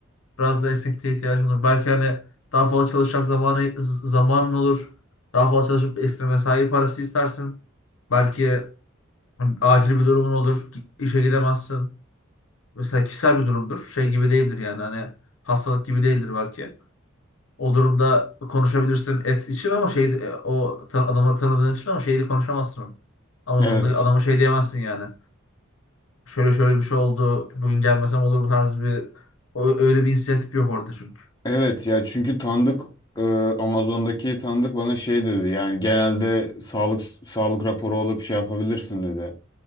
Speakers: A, on the left; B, on the left.
A: Biraz da esnekliğe ihtiyacın olur. Belki hani daha fazla çalışacak zamanı, z- zamanın olur. Daha fazla çalışıp ekstra mesai parası istersin. Belki hani acil bir durumun olur. İşe gidemezsin. Mesela kişisel bir durumdur. Şey gibi değildir yani hani hastalık gibi değildir belki. O durumda konuşabilirsin et için ama şey e, o ta- adamı tanıdığın için ama şeyi konuşamazsın. onu. Amazon'da
B: evet.
A: adama şey diyemezsin yani. Şöyle şöyle bir şey oldu. Bugün gelmesem olur mu tarzı bir o- öyle bir inisiyatif yok orada çünkü.
B: Evet ya çünkü tanıdık e, Amazon'daki tanıdık bana şey dedi yani genelde sağlık sağlık raporu alıp şey yapabilirsin dedi.